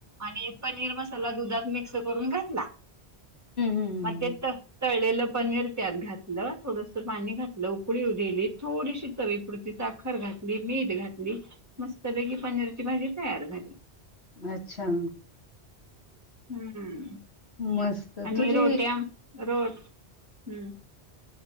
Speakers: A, on the right; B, on the left.
A: आणि पनीर मसाला दुधात मिक्स करून घातला
B: हम्म हम्म
A: मग ते तळलेलं पनीर त्यात घातलं थोडस पाणी घातलं उकळी दिेली थोडीशी तवीपुरती साखर घातली मीठ घातली मस्तपैकी पनीरची भाजी तयार झाली
B: अच्छा
A: हम्म
B: मस्त
A: आणि
B: तुझी
A: रोट्याम रोट हम्म